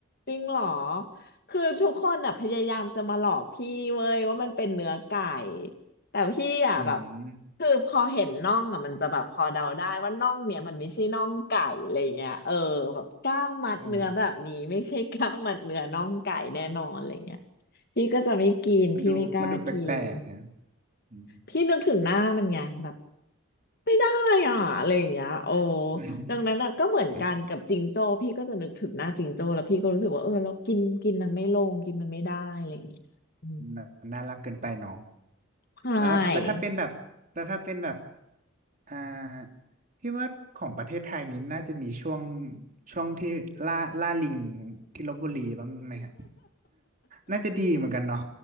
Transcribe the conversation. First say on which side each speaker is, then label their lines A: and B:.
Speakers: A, on the left; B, on the right.
A: จริงเหรอคือทุกคนอ่ะพยายามจะมาหลอกพี่เว้ยว่ามันเป็นเนื้อไก่แต่พี่อ่ะแบบ
B: อืม
A: คือพอเห็นน่องอ่ะมันจะแบบพอเดาได้ว่าน่องเนี่ยมันไม่ใช่น่องไก่อะไรเงี้ยเออแบบกล้ามมัดเนื้อแบบนี้ไม่ใช่กล้ามมัดเนื้อน่องไก่แน่นอนอะไรเงี้ย
B: เออ
A: พี่ก็จะไม่กินพี่ไม่กล้ากิน
B: มันดูมันดูแปลกๆนะอืม
A: พี่นึกถึงหน้ามันไงแบบ ไม่ได้อ่ะอะไรอย่างเงี้ยโอ้
B: อื
A: ดังนั้นอ่ะก็เหมือนกันกับจิงโจ้พี่ก็จะนึกถึงหน้าจิงโจ้แล้วพี่ก็รู้สึกว่าเออเรากินกินมันไม่ลงกินมันไม่ได้อะไรอย่างเงี้ยอืม
B: ม <laughs> นาน่ารักเกินไปเนาะ
A: ใช่
B: แล้วแล้วถ้าเป็นแบบแล้วถ้าเป็นแบบอ่าพี่ว่าของประเทศไทยนี้น่าจะมีช่วงช่วงที่ล่าล่าลิงที่ลพบุรีบ้างไหมครับน่าจะดีเหมือนกันเนาะ